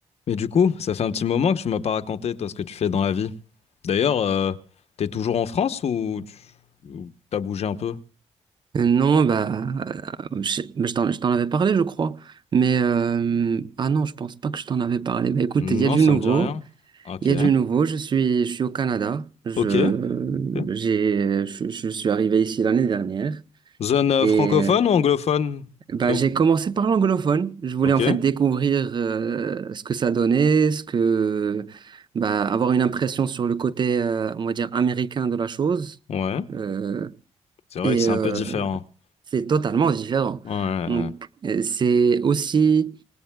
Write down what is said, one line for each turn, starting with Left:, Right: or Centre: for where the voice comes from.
Left: Mais du coup, ça fait un petit moment que tu m'as pas raconté, toi, ce que tu fais dans la vie. D'ailleurs, euh, t'es toujours en France ou tu- ou t'as bougé un peu?
Right: Euh, Non, bah, euh, je, bah, je t'en, je t'en avais parlé, je crois. Mais euh, ah non, je pense pas que je t'en avais parlé. Bah écoute,
Left: Non,
Right: il y a du
Left: ça
Right: nouveau,
Left: me dit rien. Ok.
Right: il y a du nouveau. Je suis, je suis au Canada. Je,
Left: Ok. Ok.
Right: j'ai, je, je suis arrivé ici l'année dernière
Left: Zone euh,
Right: et
Left: francophone
Right: euh,
Left: ou anglophone?
Right: bah
Left: T'es où
Right: j'ai commencé par l'anglophone. Je voulais
Left: Ok.
Right: en fait découvrir euh, ce que ça donnait, ce que bah avoir une impression sur le côté, euh, on va dire américain de la chose.
Left: Ouais.
Right: Euh,
Left: C'est vrai
Right: et
Left: que c'est
Right: euh,
Left: un peu différent.
Right: c'est totalement différent.
Left: Ouais. ouais,
Right: Donc,
Left: ouais.
Right: euh, c'est aussi